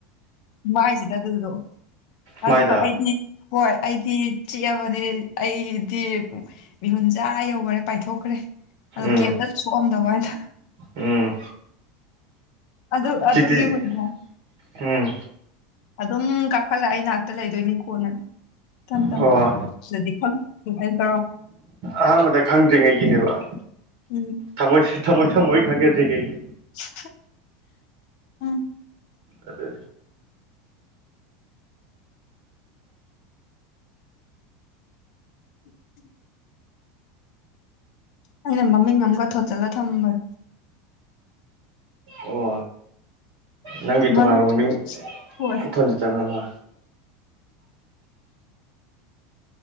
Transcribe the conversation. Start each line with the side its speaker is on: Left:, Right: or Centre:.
Left: ꯃꯥꯏꯏꯁꯤꯗ ꯑꯗꯨꯗꯣ
Right: ꯃꯥꯏꯗ
Left: ꯑꯗꯨꯒ ꯑꯩꯗꯤ ꯍꯣꯏ ꯑꯩꯗꯤ ꯆꯤꯛꯑꯕꯅꯤ ꯑꯩꯗꯤ ꯃꯤꯍꯨꯟꯆꯥꯥ ꯌꯧꯈꯔꯦ ꯄꯥꯏꯊꯣꯛꯈ꯭ꯔꯦ ꯑꯗꯨ
Right: ꯎꯝ
Left: ꯀꯦꯝꯝꯇ ꯁꯣꯛꯑꯝꯗꯕ ꯍꯥꯏꯗ
Right: ꯎꯝ
Left: ꯑꯗꯨꯗ
Right: ꯍꯧꯖꯤꯛꯇꯤ
Left: ꯑꯗꯨꯒꯤ ꯍꯨꯨꯔꯗ
Right: ꯎꯝ
Left: ꯑꯗꯨꯝ ꯀꯥꯈꯠꯂ ꯑꯩ ꯉꯅꯥꯥꯛꯛꯇ ꯂꯩꯗꯣꯏꯅꯤ ꯀꯣꯟꯅ ꯊꯝ ꯇꯝꯚꯥꯏ
Right: ꯑꯣ
Left: ꯇꯣ
Right: ꯑꯍꯥꯟꯕꯗ ꯈꯪꯗ꯭ꯔꯤꯉꯩꯒꯤꯅꯦꯕ
Left: ꯎꯝ
Right: ꯊꯃꯣꯏ ꯊꯝꯃꯣꯏ ꯊꯝꯃꯣꯏ ꯈꯪꯅꯗ꯭ꯔꯤꯉꯩꯒꯤ
Left: <unintelligible> ꯎꯝ
Right: ꯑꯗꯨ
Left: <inaudible> ꯑꯩꯅ ꯃꯃꯤꯡ ꯑꯃꯒ ꯊꯣꯟꯖꯤꯜꯂꯒ ꯊꯝꯕꯅꯦ
Right: ꯑꯣ ꯅꯪꯒꯤ ꯇꯣꯉꯥꯟꯕ
Left: ꯃꯝ
Right: ꯃꯃꯤꯡ
Left: ꯍꯣꯏ
Right: ꯊꯣꯟꯖꯤ ꯆꯅꯅꯕꯣ